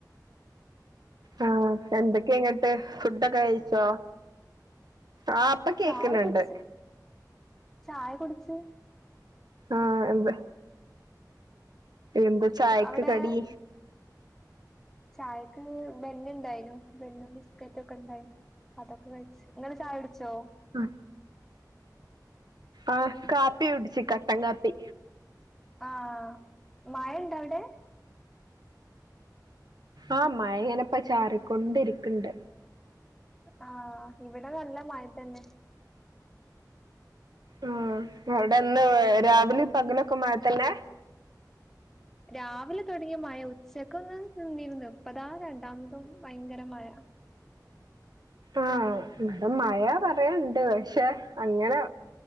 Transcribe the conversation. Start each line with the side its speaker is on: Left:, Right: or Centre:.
Right: ആഹ് എന്തൊക്കെ ഇന്നട്ട് ഫുഡൊക്കെ കഴിച്ചോ? ആഹ് ഇപ്പ കേക്ക്ന്നുണ്ട്
Centre: ചായ കുടിച്ച് ചായ കുടിച്ച്
Right: ആഹ് എന്ത് എന്താ ചായക്ക്
Centre: അവിടെ
Right: കടി?
Centre: ചായക്ക് ബന്ന് ഇണ്ടായിനു ബന്നും ബിസ്ക്കറ്റും ഒക്കെ ഇണ്ടായിന്നു അതൊക്കെ കഴിച്ച് ഇങ്ങള് ചായ കുടിച്ചോ?
Right: ആഹ് ആഹ് കാപ്പി കുടിച്ച് കട്ടൻ കാപ്പി
Centre: ആഹ് മയ ഇണ്ടോ അവിടെ?
Right: ആഹ് മയയിങ്ങനെപ്പോ ചാറിക്കൊണ്ടിരിക്കെണ്ട്
Centre: ആഹ് ഇവിടെ നല്ല മഴ തന്നെ
Right: ഉം അവിടെ എന്നും രാവിലെ പകലൊക്കെ മഴ തന്നെ
Centre: രാവിലെ തൊടങ്ങിയ മഴ ഉച്ചക്കൊന്ന് നിന്നിരുന്നു ഇപ്പതാ രണ്ടാമതും ഭയങ്കര മഴ
Right: ആഹ് ഇവിടെ മഴ പറയാണ്ട് പക്ഷെ അങ്ങനെ